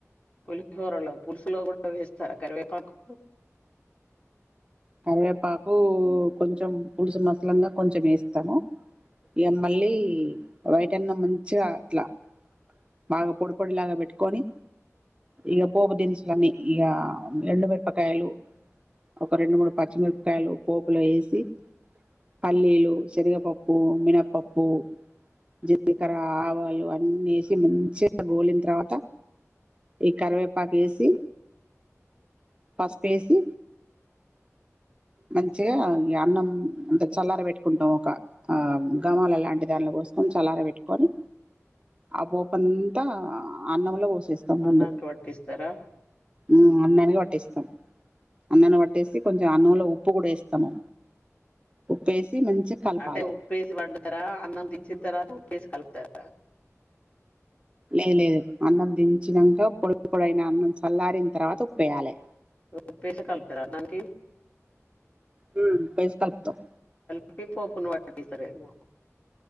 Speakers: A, on the left (about 25°); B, on the right (about 20°).
A: పులిహోరలో పులుసులో కూడా వేస్తారా కరివేపాకు
B: కరివేపాకు కొంచెం పులుసు మసలంగా కొంచెం వేస్తాము ఇగ మళ్ళీ వైట్ అన్నం మంచిగా ఇట్లా బాగా పొడి పొడిలాగా పెట్టుకొని ఇక పోపు దినుసులన్నీ ఇక ఎండుమిరపకాయలు ఒక రెండు మూడు పచ్చిమిరపకాయలు పోపు పప్పులో వేసి పల్లీలు శనగపప్పు మినపప్పు జీలకర ఆవాలు అత్ ఉన్నిస్ తి మంచిగా గోలిన తర్వాత ఈ కరివేపాకు వేసి పసుపు వేసి మంచిగా అన్నం అంత చల్లార పెట్టుకుంటాం ఒక గమాల లాంటి దానిలో పోసుకొని చల్లార పెట్టుకొని ఆ పోపు అంతా అన్నంలో వోసు తేస్తా ముందు
A: అన్నానికి పట్టిస్తారా
B: ఉమ్ అన్ని అనగా వట్ వేస్తాం అన్నంలో వట్టేసి కొంచెం అన్నంలో ఉప్పు కూడా వేస్తాము ఉప్పు వేసి మంచిగా కలపాలి
A: అంటే ఉప్పేసి వండుతారా అన్నం దించిన తర్వాత ఉప్పు ఉప్పు వేసి కలుపుతారా
B: లేదు లేదు అన్నం దించినాక పొడిపొడైన అన్నం చల్లారిన తర్వాత ఉప్పు ఏయాలే
A: ఉప్పేసి కలుపుతారా అన్నానికి
B: హమ్ ఉప్పేసి కలుపుతం
A: ఇప్పి పోపును పటిస్తరేమో